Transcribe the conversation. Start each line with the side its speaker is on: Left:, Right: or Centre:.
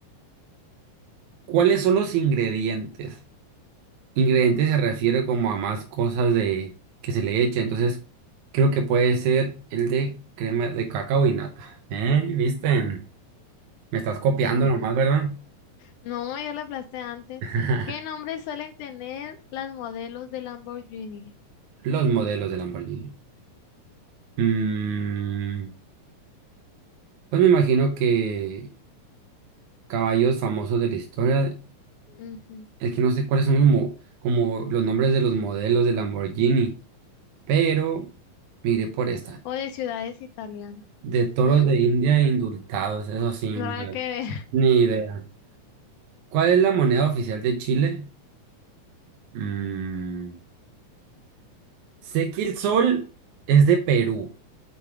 Right: ¿cuáles son los ingredientes? Ingrediente se refiere como a más cosas de que se le echa, entonces creo que puede ser el de crema de cacao y nata. ¿Eh? ¿Viste? Me estás copiando
Left: ujú.
Right: nomás, ¿verdad?
Left: No, yo la aplasté antes.
Right: <laughs>
Left: ¿Qué nombres suelen tener las modelos de Lamborghini?
Right: Los modelos de Lamborghini. Mm, pues me imagino que caballos famosos de la historia,
Left: Ujú.
Right: es que no sé cuáles son los mo- como los nombres de los modelos de Lamborghini, pero me iré por esta.
Left: O de ciudades italianas.
Right: De toros
Left: ¿Mm?
Right: de India indultados, eso sí,
Left: Nada
Right: no,
Left: que ver.
Right: ni idea. ¿Cuál es la moneda oficial de Chile? Mm, sé que el sol es de Perú.